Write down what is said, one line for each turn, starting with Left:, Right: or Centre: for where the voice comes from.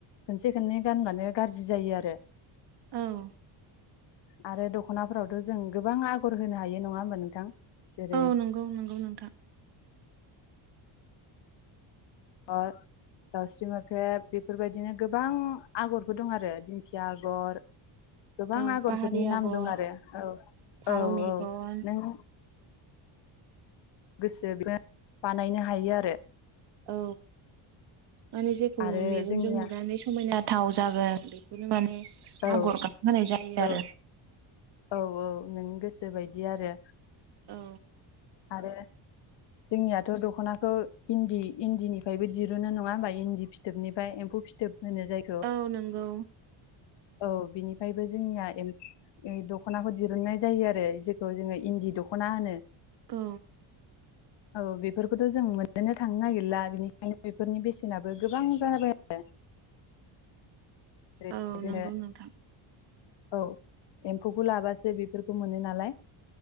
Left: खनसे खननै गानबानो गाज्रि जायो आरो
Right: औ
Left: आरो दख'नाफोरावथ' जों गोबां आगर होनो हायो नङा होमबा नोंथां जेरै
Right: औ नंगौ नंगौ नोंथा
Left: आरो दाउस्रि मोख्रेब बेफोरबायदिनो गोबां आगरफोर दं आरो दिंखिया आगर गोबां
Right: औ
Left: आगरफोरनि
Right: पाहारि
Left: नाम
Right: आगर
Left: दं आरो औ
Right: फारौ
Left: औ
Right: मेगन
Left: औ नों गोसो बानायनो हायो आरो
Right: औ माने जेखौ
Left: आरो
Right: मेगनजों
Left: जोंनिया
Right: नुनानै समायना थाव जागोन बेखौनो माने
Left: औ
Right: आगर गाबहोनाय जायो
Left: औ
Right: आरो
Left: औ औ नोंनि गोसो बायदि आरो
Right: औ
Left: आरो जोंनियाथ' दख'नाखौ इन्दि इन्दिनिफ्रायबो दिरुनो नङा होमबा इन्दि फिथोबनिफ्राय एम्फौ फिथोब फिथोब होनो जायखौ
Right: औ नंगौ
Left: औ बिनिफ्रायबो जोंनिया दख'नाखौ दिरुननाय जायो आरो जेखौ जोङो इन्दि दख'ना होनो
Right: औ
Left: औ बेफोरखौथ' जों मोननोनो थांनो नागिरला बेनिखायनो फोरनि बेसेनाबो गोबां जाबाय आरो जेरै
Right: औ
Left: जोङो
Right: नंगौ नोंथां
Left: औ एम्फौखौ लाबासो बेफोरखौ मोनो नालाय